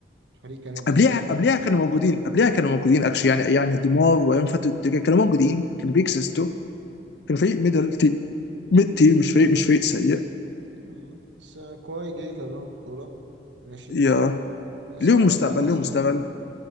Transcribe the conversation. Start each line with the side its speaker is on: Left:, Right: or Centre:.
Right: فريق كندي
Left: قبليها
Right: جديد
Left: قبليها كانوا موجودين قبليها كانوا موجودين اكشلي يعني يعني ديمار وايام فتره التجا- كانوا موجودين كانوا بيكسستوا كانوا فريق ميدل تي ميد تي مش فريق مش فريق سيء
Right: آه. بس كواي جاي كان لهم بطولة ماشي
Left: يا
Right: والسلام
Left: ليهم
Right: عليكم
Left: مستقبل
Right: وعليكم السلام
Left: ليهم مستقبل